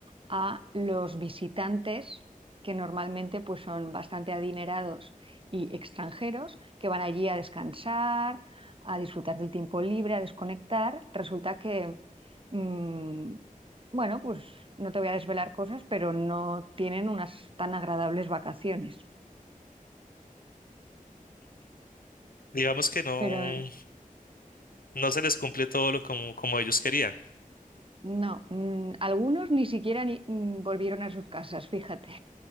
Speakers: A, on the right (about 40°); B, on the left (about 80°).
A: a los visitantes, que normalmente pues, son bastante adinerados y extranjeros, que van allí a descansar, a disfrutar del tiempo libre, a desconectar. Resulta que, mm, bueno, pues no te voy a desvelar cosas, pero no tienen unas tan agradables vacaciones.
B: Digamos que no,
A: Pero eh,
B: no se les cumple todo lo como, como ellos querían.
A: no, mm, algunos ni siquiera ni- mm, volvieron a sus casas, fíjate.